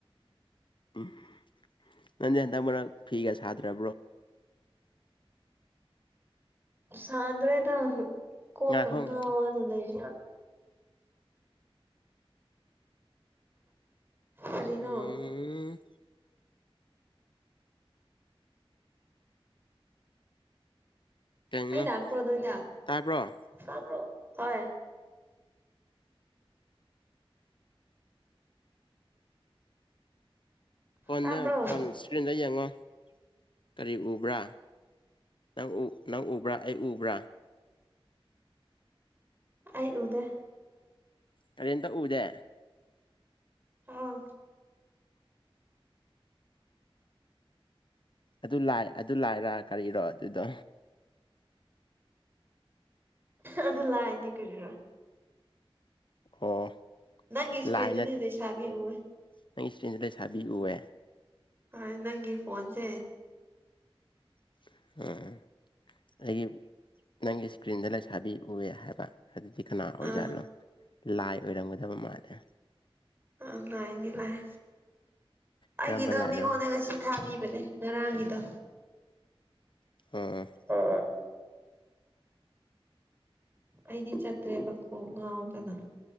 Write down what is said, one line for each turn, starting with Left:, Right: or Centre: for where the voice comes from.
Left: ꯎꯝ ꯅꯟꯖꯦ ꯍꯟꯗꯛ ꯃꯔꯛ ꯐꯤꯒ ꯁꯥꯗ꯭ꯔ
Right: ꯁꯥꯗ꯭ꯔꯦꯗ ꯀꯣꯛ
Left: ꯉꯥꯏꯈꯣ
Right: ꯀ ꯉꯥꯎꯔꯅ
Left: ꯉꯥꯏꯈꯣ
Right: ꯂꯩꯔꯤ ꯀꯔꯤꯅꯣ
Left: ꯎꯝ ꯀꯩꯅꯣ
Right: ꯃꯩ ꯂꯛꯄꯔꯣ ꯑꯗꯨꯗ
Left: ꯇꯥꯕ꯭ꯔꯣ
Right: ꯇꯥꯕ꯭ꯔꯣ ꯍꯣꯏ
Left: ꯀꯣꯟꯗ
Right: ꯇꯥꯕ꯭ꯔꯣ
Left: ꯐꯣꯟ ꯏꯁꯀ꯭ꯔꯤꯟꯗ ꯌꯦꯡꯉꯣ ꯀꯔꯤ ꯎꯕ꯭ꯔꯥ ꯅꯪ ꯎ ꯅꯪ ꯎꯕ꯭ꯔꯥ ꯑꯩ ꯎꯕ꯭ꯔꯥ
Right: ꯑꯩ ꯎꯗꯦ
Left: ꯇꯥꯔꯦꯟꯇ ꯎꯗꯦ
Right: ꯑꯥ
Left: ꯑꯗꯨ ꯂꯥꯏ ꯑꯗꯨ ꯂꯥꯏꯔ ꯀꯔꯤꯔꯣ ꯑꯗꯨꯗꯣ
Right: ꯑꯗꯨ ꯂꯥꯏꯅꯦ ꯀꯤꯔꯤꯔꯣ
Left: ꯑꯣ
Right: ꯅꯪꯒꯤ ꯏꯁꯀꯔꯤꯟꯗꯨꯗꯤ
Left: ꯂꯥꯏꯅ
Right: ꯂꯩꯁꯕꯤ ꯎꯋꯦ
Left: ꯅꯪꯒꯤ ꯏꯁꯇ꯭ꯔꯦꯟꯁꯤꯗ ꯂꯩꯁꯥꯕꯤꯎꯋꯦ
Right: ꯍꯣꯏ ꯅꯪꯒꯤ ꯐꯣꯟꯁꯦ
Left: <unintelligible> ꯑꯩꯒꯤ ꯅꯪꯒꯤ ꯏꯁꯀ꯭ꯔꯤꯟꯗ ꯂꯩꯁꯥꯕꯤ ꯎꯑꯦ ꯍꯥꯏꯕ ꯑꯗꯨꯗꯤ ꯀꯅꯥ ꯑꯣꯏꯖꯥꯠꯅꯣ
Right: ꯑꯥ
Left: ꯂꯥꯏ ꯑꯣꯏꯔꯝꯒꯗꯕ ꯃꯥꯜꯂꯦ
Right: ꯑꯥ ꯑꯥ ꯂꯥꯏꯅꯤ ꯂꯥꯏ ꯑꯩꯒꯤꯗꯣ
Left: ꯀꯔꯝꯕ ꯂꯥꯏꯔꯣ
Right: ꯃꯤꯉꯣꯟꯗ ꯉꯁꯤ ꯊꯥꯕꯤꯕꯅꯦ ꯉꯔꯥꯡꯒꯤꯗꯣ
Left: <unintelligible>
Right: ꯑꯥ ꯑꯩꯗꯤ ꯆꯠꯇ꯭ꯔꯦꯕ ꯀꯣꯛ ꯉꯥꯎꯗꯅ